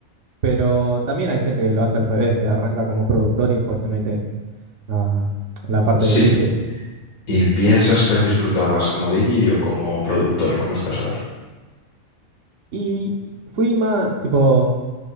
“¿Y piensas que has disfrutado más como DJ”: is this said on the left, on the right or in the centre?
Left